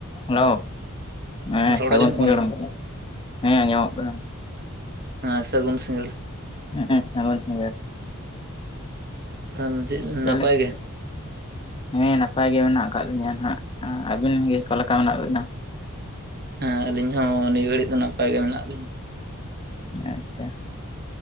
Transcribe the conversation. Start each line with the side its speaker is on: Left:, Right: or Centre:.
Left: Hello ᱦᱮᱸ
Right: ᱨᱚᱲ
Left: ᱥᱟᱹᱜᱩᱱ
Right: ᱟᱸᱡᱚᱢᱚᱜ
Left: ᱥᱤᱸᱜᱟᱹᱲ
Right: ᱠᱟᱱᱟ
Left: ᱜᱚᱢᱠᱮ। ᱦᱮᱸ ᱟᱸᱡᱟᱢᱚᱜ ᱠᱟᱱᱟ।
Right: ᱦᱮᱸ ᱥᱟᱜᱩᱱ ᱥᱤᱸᱜᱟᱹᱲ
Left: ᱦᱮᱸ ᱥᱟᱹᱜᱩᱱ ᱥᱤᱸᱜᱟᱹᱲ
Right: <unintelligible>
Left: ᱪᱮᱫ
Right: ᱱᱟᱯᱟᱭ
Left: ᱞᱮᱠᱟ
Right: ᱜᱮ?
Left: ᱦᱮᱸ ᱱᱟᱯᱟᱭ ᱜᱮ ᱢᱮᱱᱟᱜ ᱟᱠᱟᱫ ᱞᱤᱧᱟᱹ ᱱᱟᱦᱟᱜ᱾ ᱟᱹᱵᱤᱱ ᱜᱮ ᱚᱠᱟ ᱞᱮᱠᱟ ᱢᱮᱱᱟᱜ ᱟᱠᱟ ᱵᱤᱱᱟ?
Right: ᱦᱮᱸ ᱟᱹᱞᱤᱧ ᱦᱚᱸ ᱱᱤᱭᱟᱹ ᱜᱷᱟᱹᱲᱤᱡ ᱫᱚ ᱱᱟᱯᱟᱭ ᱜᱮ ᱢᱮᱱᱟᱜ ᱞᱤᱧᱟ।
Left: ᱟᱪᱪᱷᱟ